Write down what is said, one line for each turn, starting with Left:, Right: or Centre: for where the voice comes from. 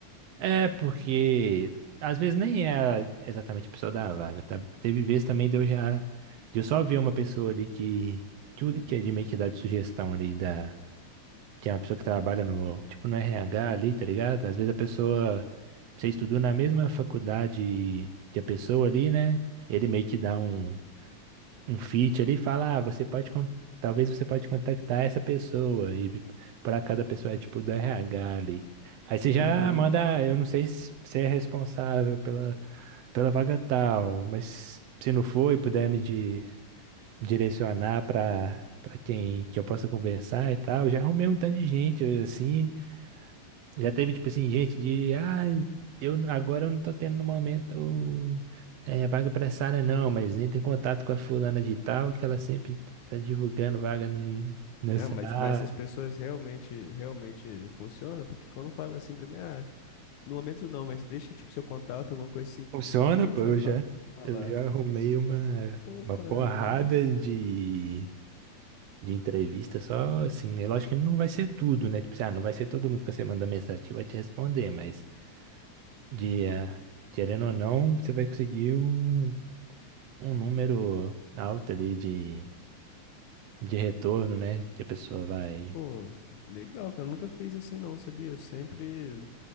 Right: É, porque às vezes nem é exatamente a pessoa da vaga, tá? Teve vezes também de eu já, de eu só ver uma pessoa ali que, que o LinkedIn meio que dá de sugestão ali da, que é uma pessoa que trabalha no, tipo, no RH ali, tá ligado? Às vezes a pessoa, você estudou na mesma faculdade que a pessoa ali, né? Ele meio que dá um, um feat ali e fala, ah, você pode, con- talvez você pode contactar essa pessoa e por acaso a pessoa é tipo do RH ali. Aí você já
Left: Uhum.
Right: manda, eu não sei se você é responsável pela, pela vaga tal, mas se não for e puder me di- direcionar para para quem que eu possa conversar e tal, já arrumei um tanto de gente assim, já teve, tipo assim, gente de, ah eu n- agora eu não tô tendo no momento é, vaga pra essa área, não, mas entra em contato com a fulana de tal, que ela sempre tá divulgando vaga n- nessa
Left: Ah, mas,
Right: área.
Left: mas essas pessoas realmente, realmente funcionam? Porque quando fala assim pra mim, ah, no momento não, mas deixa, tipo, seu contato, alguma coisa assim
Right: Funciona,
Left: que a gente
Right: pô, eu
Left: vai fa-
Right: já,
Left: falar.
Right: eu já arrumei uma,
Left: Pô,
Right: uma
Left: pra
Right: porrada
Left: mim,
Right: de, de entrevista só, assim, é lógico que não vai ser tudo, né? Tipo assim, ah, não vai ser todo mundo que você manda mensagem que vai te responder, mas de, ah, querendo ou não, você vai conseguir um um número alto ali de, de retorno, né? Que a pessoa vai.
Left: pô, legal, cara, eu nunca fiz assim não, sabia? Eu sempre